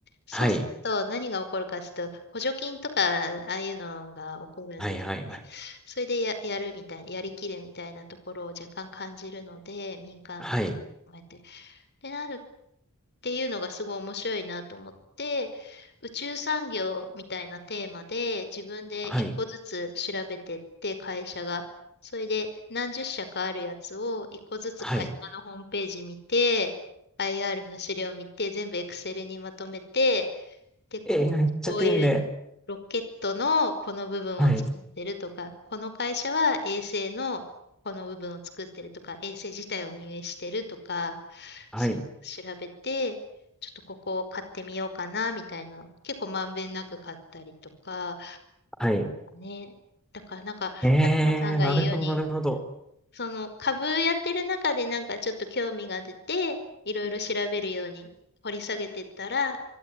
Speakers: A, on the left; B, in the centre.
A: そうすると何が起こるかというと、
B: はい。
A: 補助金とかああいうのが起こるんですね。
B: はい、はい、はい。
A: それでや、やるみたいな、やりきるみたいなところを若干感じるので、民間のこうやって。
B: はい。
A: ってなるていうのがすごい面白いなと思って、宇宙産業みたいなテーマで自分で一個ずつ調べてって会社が、
B: はい。
A: それで何十社かあるやつを一個ずつ会社のホームページ見て、
B: はい。
A: IR の資料見て、全部 Excel にまとめて、で、ここ、
B: えー、めっちゃ丁寧。
A: こういうロケットのこの部分を作ってるとか、
B: はい。
A: この会社は衛星のこの部分を作ってるとか、衛星自体を運営してるとか、
B: はい。
A: そういうのを調べて、ちょっとここを買ってみようかな、みたいな。結構まんべんなく買ったりとか、
B: はい。
A: ね。だからなんか、
B: えー、
A: 勝間さんが言うように、
B: なるほど、なるほど。
A: その株やってる中でなんかちょっと興味が出て、いろいろ調べるように掘り下げてったら、